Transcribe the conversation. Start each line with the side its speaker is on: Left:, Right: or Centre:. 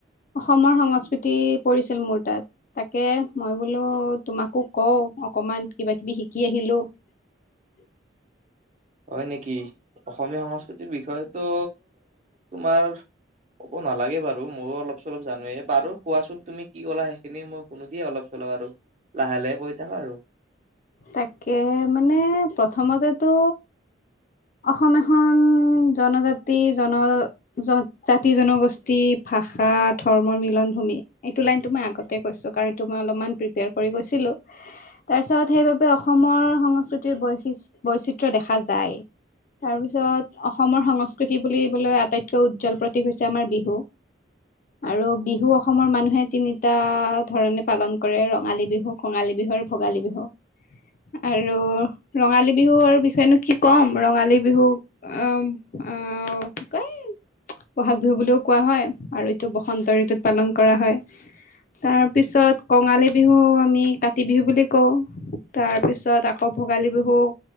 Left: অসমৰ সংস্কৃতি পৰিছিল মোৰ তাত তাকে মই বোলো তোমাকো কওঁ অকমান কিবা -কিবি শিকি আহিলো <inaudible>
Right: হয় নেকি অসমীয়া সংস্কৃতিৰ বিষয়েতো তোমাৰ ক'ব নালাগে বাৰু ময়ো অলপ চলপ জানোৱেই বাৰু কোৱাচোন তুমি কি ক'লা সেইখিনি মই শুনো দিয়ে অলপ চলপ আৰু লাহে-লাহে কৈ থাকা আৰু।
Left: তাকেহে মানে প্ৰথমতেতো অসম এখন জনজাতি জন -জাতি, জনগোষ্ঠী, ভাষা, ধৰ্মৰ মিলন ভূমি এইটো লাইনটো মই আগতে কৈছো কাৰণ এইটো মই অলপমান প্ৰিপেয়াৰ কৰি গৈছিলো তাৰ পিছত সেইবাবে অসমৰ সংস্কৃতিৰ বৈচিত্ৰ দেখা যায় <inaudible> তাৰপিছত অসমৰ সংস্কৃতি বুলিবলৈ আটাইতকৈ উজ্জ্বল প্ৰতীক হৈছে আমাৰ বিহু আৰু বিহু অসমৰ মানুহে তিনিটা ধৰণে পালন কৰে ৰঙালী বিহু, কঙালী বিহু আৰু ভোগালী বিহু আৰু ৰঙালী বিহু আৰু বিষয়েনো কি ক'ম ৰঙালী বিহুক <unintelligible> বহাগ বিহু বুলিও কোৱা হয় আৰু এইটো বসন্ত ঋতুত পালন কৰা হয় তাৰপিছত কঙালী বিহু আমি কাতি বিহু বুলি কওঁ, তাৰপিছত আকৌ ভোগালী বিহুক